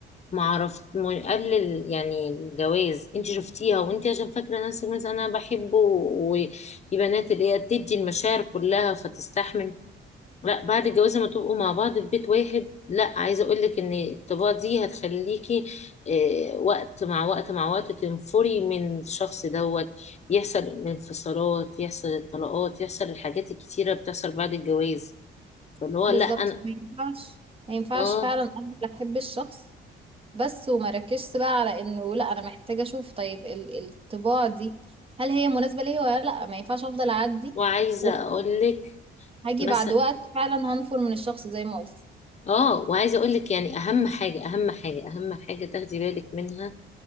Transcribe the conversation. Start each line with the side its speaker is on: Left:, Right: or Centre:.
Left: ما عرفت ما- قبل ال- يعني الجواز انت شفتيها وانت عشان فاكره نفسك مثلا انا بحبه وفي بنات اللي هي بتدي المشاعر كلها فتستحمل لا بعد الجواز لما تبقوا مع بعض في بيت واحد لا عايزه اقول لك ان الطباع دي هتخليكي اه وقت مع وقت مع وقت تنفري من الشخص دوت يحصل انفصالات يحصل الطلاقات يحصل الحاجات الكتيره بتحصل بعد الجواز فاللي هو
Right: بالظبط
Left: لا انا
Right: ما ينفعش ما ينفعش
Left: اه
Right: فعلا أفضل أحب الشخص بس وما ركزش بقى على إنه لأ أنا محتاجة أشوف طيب ال- الطباع دي هل هي مناسبة ليا ولا لأ ما ينفعش أفضل أعدي
Left: وعايزه
Right: وخلاص
Left: اقول لك
Right: هاجي
Left: مثلا
Right: بعد وقت فعلا هنفر من الشخص زي ما قلت
Left: اه وعايزه اقول لك يعني اهم حاجه اهم حاجه اهم حاجه تاخدي بالك منها